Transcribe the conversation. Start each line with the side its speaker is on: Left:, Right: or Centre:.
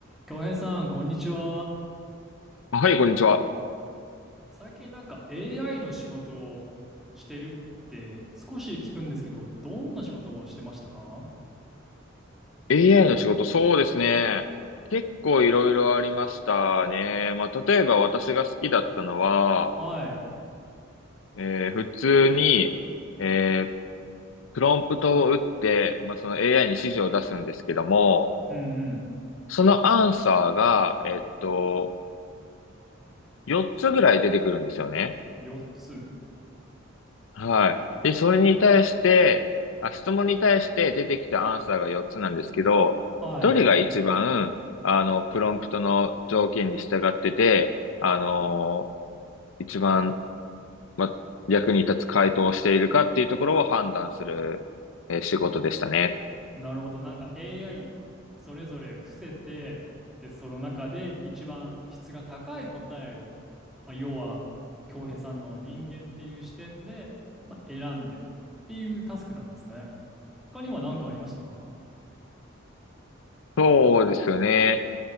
Centre: 京平さん、こんにちは。
Left: はい、こんにちは。
Centre: 最近なんか AI の仕事をしてるって少し聞くんですけど、どんな仕事をしてましたか
Left: AI の仕事、そうですね。結構いろいろありましたね。まあ、例えば私が好きだったのは、
Centre: はい。
Left: えー普通に、えープロンプトを打って、まあ、その AI に指示を出すんですけども、
Centre: うんうん。
Left: そのアンサーが、えっと、4つぐらい出てくるんですよね。
Centre: 4つ。
Left: はい。で、それに対して、あ、質問に対して出てきたアンサーが4つなんですけど、
Centre: はい。
Left: どれが一番、あの、プロンプトの条件に従ってて、あの一番、ま、役に立つ回答をしているかっていうところを判断する、えー仕事でしたね。
Centre: なるほど。なんか AI それぞれ伏せて、で、その中で一番質が高い答えを、まあ、要は京平さんの人間っていう視点で、まあ、選んでっていうタスクなんですね。他には何かありましたか
Left: そうですよね。